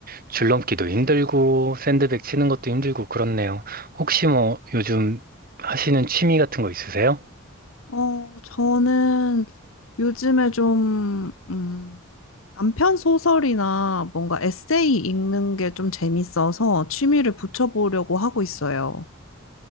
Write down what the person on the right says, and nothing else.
줄넘기도 힘들고 샌드백 치는 것도 힘들고 그렇네요. 혹시 뭐 요즘 하시는 취미 같은 거 있으세요?